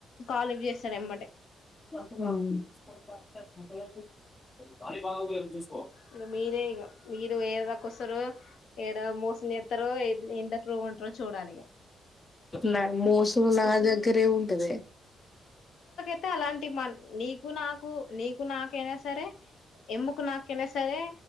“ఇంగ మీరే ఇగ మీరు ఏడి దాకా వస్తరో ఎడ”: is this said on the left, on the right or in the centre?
Left